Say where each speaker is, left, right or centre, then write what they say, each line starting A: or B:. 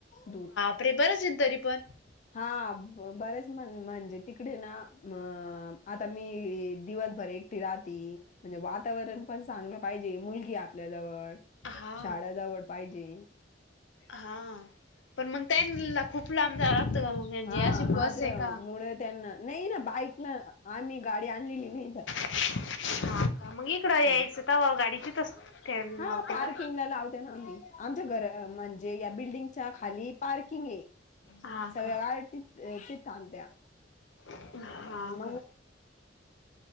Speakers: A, on the left (about 40°); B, on the left (about 75°).
A: दूर
B: <unintelligible>
A: हा बरेच म्हण म्हणजे तिकडे ना अ आता मी दिवस परत एकटी राहती. म्हणजे वातावरण पण चांगल पाहिजे मुलगी आहे आपल्याजवळ.
B: हा
A: शाळा जवळ पाहिजे.
B: हा पण मग त्यानला खूप लांब जाव तर म्हणजे
A: हा
B: अशी बस
A: माझ्या
B: आहे का?
A: मुळे त्यांना नई ना बाईक न आम्ही गाडी आणलेली ये ना इथ
B: हा का? मग इकडं यायचं
A: हा
B: तवा गाडी तिथंच ठे
A: हा
B: लावते
A: पार्किंगला
B: का?
A: लावते ना आम्ही. आमच्या घर म्हणजे या बिल्डिंगच्या खाली पार्किंग आहे
B: हा
A: सगळ्या
B: का
A: गाड्या तिथ तिथ थांबत्या.
B: हा
A: <unintelligible>
B: का